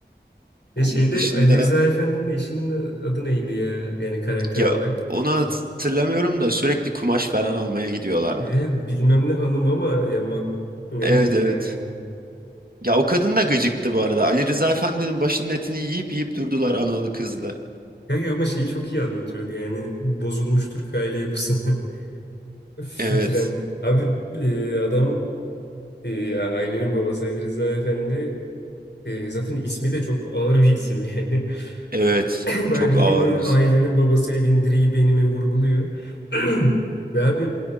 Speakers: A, on the left (about 75°); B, on the right (about 55°).
A: E
B: Onun
A: şeyde
B: dışında
A: Ali Rıza Efendi'nin eşinin adı neydi ya? Yani karakter
B: ya
A: olarak.
B: onu hatırlamıyorum da sürekli kumaş falan almaya gidiyorlardı.
A: Evet bilmem ne hanım ama ya mak- neydi
B: Evet
A: ya?
B: evet. Ya o kadın da gıcıktı bu arada. Ali Rıza Efendi'nin başının etini yiyip yiyip durdular analı kızlı.
A: Kanka ama şeyi çok iyi anlatıyordu yani bozulmuş Türk aile yapısını <laughs> fikren.
B: Evet.
A: Abi e, adam e, ya ailenin babası Ali Rıza Efendi e, zaten ismi de çok ağır bir isim yani.
B: Evet.
A: <laughs> <clears throat> Bayağı
B: Çok
A: bildiğin
B: ağır biz.
A: ailenin babası evin direği benimi vurguluyor. <clears throat> Ve abi